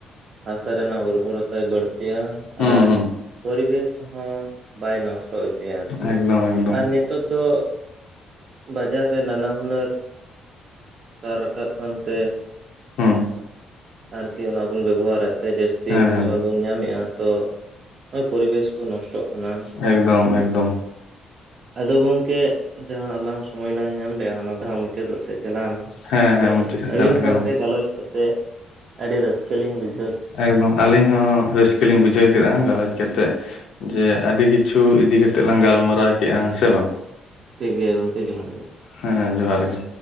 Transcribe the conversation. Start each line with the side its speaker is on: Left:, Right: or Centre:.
Right: ᱦᱟᱥᱟ ᱨᱮᱱᱟᱜ ᱩᱨᱵᱚᱨᱚᱛᱟᱭ ᱵᱟᱹᱲᱼᱼ ᱛᱤᱭᱟ
Left: ᱦᱩᱸ
Right: ᱟᱨ
Left: ᱦᱩᱸ
Right: ᱯᱚᱨᱤᱵᱮᱥ ᱦᱚᱸ ᱵᱟᱭ ᱱᱚᱥᱴᱼᱼ <unintelligible> ᱚᱪᱚᱭᱟ ᱟᱨᱠᱤ᱾
Left: ᱮᱠᱫᱚᱢ ᱮᱠᱫᱚᱢ
Right: ᱟᱨ ᱱᱤᱛᱳᱜ ᱛᱚ ᱵᱟᱡᱟᱨ ᱨᱮ ᱱᱟᱱᱟ ᱦᱩᱱᱟᱹᱨ ᱥᱟᱨ ᱨᱟᱠᱟᱵ ᱠᱟᱱᱛᱮ,
Left: ᱦᱚᱸ,
Right: ᱟᱨᱠᱤ ᱚᱱᱟ ᱵᱚᱱ ᱵᱮᱵᱚᱦᱟᱨᱮᱫ ᱛᱮ ᱡᱟᱹᱥᱛᱤ
Left: ᱦᱮᱸ
Right: ᱯᱷᱚᱥᱚᱞ
Left: ᱦᱮᱸ
Right: ᱵᱚᱱ ᱧᱟᱢᱮᱫᱼᱟ᱾ ᱛᱚ ᱱᱚᱜᱼᱚᱭ ᱯᱚᱨᱤᱵᱮᱥ ᱠᱚ ᱱᱚᱥᱴᱚᱜ ᱠᱟᱱᱟ
Left: ᱮᱜᱽᱫᱚᱢ ᱮᱜᱽᱫᱚᱢ᱾
Right: ᱟᱫᱚ ᱜᱚᱝᱠᱮ ᱡᱟᱦᱟᱸ ᱟᱞᱟᱝ ᱥᱚᱢᱚᱭ ᱞᱟᱝ ᱧᱟᱢ ᱞᱮᱼᱟ ᱚᱱᱟ ᱫᱚᱦᱟᱸᱜ ᱢᱩᱪᱟᱹᱫᱚᱜ ᱥᱮᱡ ᱪᱟᱞᱟᱣᱱᱟ
Left: ᱦᱮᱸ
Right: ᱛᱚ
Left: ᱦᱮᱸ ᱢᱩᱪᱟᱹᱫ ᱥᱮᱫ
Right: ᱟᱹᱵᱤᱱ
Left: ᱪᱟᱞᱟᱜ ᱠᱟᱱᱟ
Right: ᱥᱟᱶᱛᱮ ᱜᱟᱞᱚᱪ ᱠᱟᱛᱮᱜ ᱟᱹᱰᱤ ᱨᱟᱹᱥᱠᱟᱹ ᱞᱤᱧ ᱵᱩᱡᱼᱼ
Left: ᱮᱜᱽᱫᱚᱢ ᱟᱹᱞᱤᱧ ᱦᱚᱸ ᱨᱟᱹᱥᱠᱟᱹ ᱞᱤᱧ ᱵᱩᱡᱷᱟᱹᱣ ᱠᱮᱫᱟ ᱜᱟᱞᱚᱪ ᱠᱟᱛᱮᱫ ᱡᱮ ᱟᱹᱰᱤ ᱠᱤᱪᱷᱩ ᱤᱫᱤ ᱠᱟᱛᱮᱜ ᱞᱟᱝ ᱜᱟᱞᱢᱟᱨᱟᱣ ᱠᱮᱜᱼᱟ ᱥᱮ ᱵᱟᱝ?
Right: ᱴᱷᱤᱠ ᱜᱮᱭᱟ ᱜᱚᱢᱠᱮ ᱡᱚᱦᱟᱨ ᱜᱮ᱾
Left: ᱦᱮᱸ ᱡᱚᱦᱟᱨ ᱜᱮ